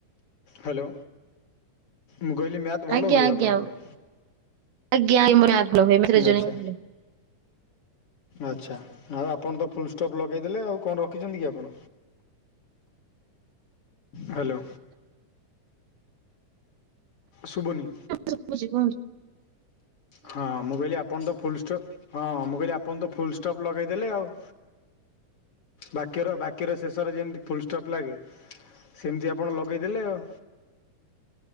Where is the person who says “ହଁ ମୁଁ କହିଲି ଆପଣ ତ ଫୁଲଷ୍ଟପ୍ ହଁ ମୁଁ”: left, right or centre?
Left